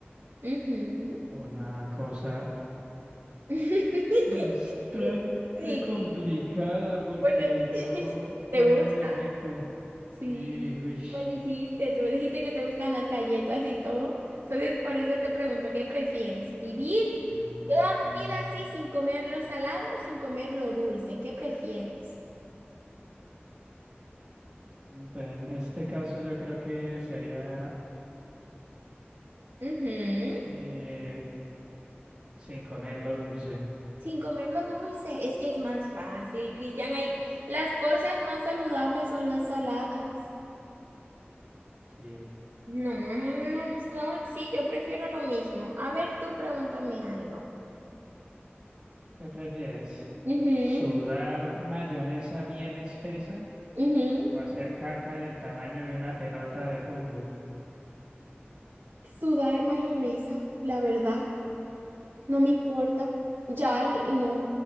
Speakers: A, on the right; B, on the right.
A: Ujú.
B: una cosa
A: <laughs>
B: bastante
A: Sí,
B: complicada porque
A: porque
B: yo
A: <laughs> te
B: como
A: gusta.
B: muy rico.
A: Sí.
B: Sí, uy.
A: Me dijiste, tú me dijiste que te gustan las galletas y todo. Entonces, por eso te pregunto, ¿qué prefieres? ¿Vivir
B: Mm,
A: toda tu vida así sin comer lo salado o sin comer lo dulce? ¿Qué prefieres?
B: pues en este caso yo creo que sería
A: Ujú,
B: eh, sin comer lo dulce.
A: Sin comer lo dulce, es que es más fácil, Cristian. Hay... Las cosas más saludables son las saladas.
B: Sí.
A: No, no, no, no, no, sí, yo prefiero lo mismo. A ver, tú pregúntame algo.
B: ¿Qué prefieres?
A: Ujú,
B: ¿Sudar mayonesa bien espesa
A: ujú.
B: o hacer caca del tamaño de una pelota de fútbol?
A: Sudar mayonesa, la verdad. No me importa. Ya l- no,